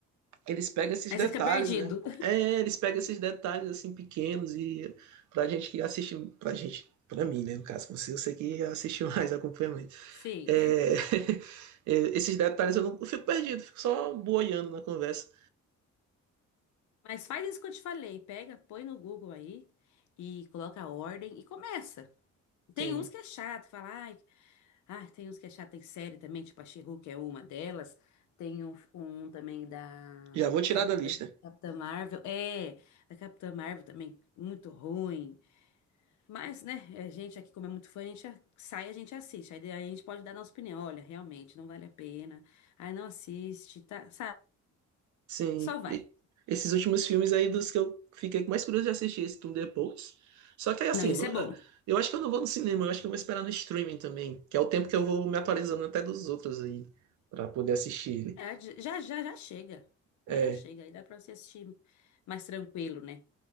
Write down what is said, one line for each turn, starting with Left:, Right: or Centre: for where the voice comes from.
Right: eles pegam esses
Left: Aí
Right: detalhes,
Left: você fica perdido.
Right: né? É, eles pegam esses detalhes assim pequenos e pra gente que assiste, pra gente, pra mim, né? No caso, você, eu sei que assistiu mais <laughs> acompanhamento.
Left: Sim.
Right: É, <laughs> é, esses detalhes eu não eu fico perdido, fico só boiando na conversa.
Left: Mas faz isso que eu te falei. Pega, põe no Google aí e coloca a ordem e começa. Tem
Right: Sim,
Left: uns que é chato, fala, ai, ai, tem uns que é chato, tem série também, tipo a She-Hulk é uma delas. Tem um, um também da,
Right: já vou tirar
Left: Cap-
Right: da lista.
Left: da Capitã Marvel. É, da Capitã Marvel também, muito ruim. Mas, né, é, a gente aqui, como é muito fã, a gente a- sai, a gente assiste. Aí, daí a gente pode dar nossa opinião. Olha, realmente, não vale a pena. Aí não assiste, tá? Sabe?
Right: Sim.
Left: Só vai.
Right: E esses últimos filmes aí dos que eu fiquei com mais curioso de assistir esse Tudo Depois. Só que aí, assim,
Left: Não, isso
Right: eu não-
Left: é bom.
Right: eh, eu acho que eu não vou no cinema, eu acho que eu vou esperar no streaming também, que é o tempo que eu vou me atualizando até dos outros aí, pra poder assistir. né?
Left: É, j- já, já, já chega.
Right: É.
Left: Já, já chega. Aí dá pra você assistir mais tranquilo, né?